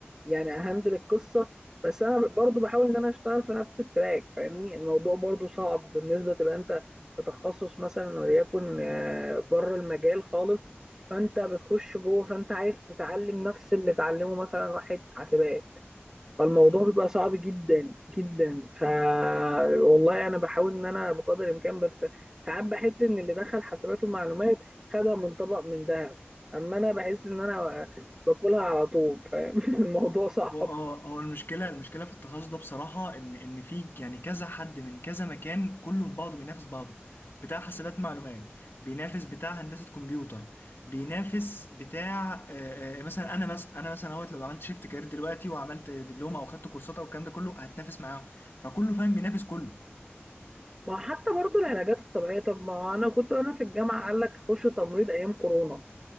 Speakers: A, on the right (about 15°); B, on the left (about 60°).
A: يعني اهندل القصة بس انا برضو بحاول ان انا اشتغل في نفس التراك فاهمني الموضوع برضو صعب بالنسبة تبقى انت في تخصص مثلا وليكن آه، بره المجال خالص فانت بتخش جوه فانت عايز تتعلم نفس اللي اتعلمه مثلا واحد في حاسبات فالموضوع
B: امم
A: بيبقى صعب جدا جدا ف والله انا بحاول ان انا بقدر الامكان بس ساعات بحس ان اللي دخل حسابات ومعلومات خدها من طبق من ذهب اما انا بحس ان انا باكلها على طول فاهم <laughs> الموضوع صعب
B: هو اه هو المشكلة المشكلة في التخصص ده بصراحة ان ان في يعني كذا حد من كذا مكان كله في بعضه بينافس بعضه بتاع حاسبات معلومات بينافس بتاع هندسة كمبيوتر بينافس بتاع آه، آه، مثلا انا مثلا انا مثلا اهوت لو عملت شيفت كارير دلوقتي وعملت دبلومة او خدت كورسات او الكلام ده كله هتنافس معاهم فكله فاهم بينافس كله
A: ما حتى برضو العلاجات الطبيعيه طب ما انا كنت وانا في الجامعه قال لك خش تمريض ايام كورونا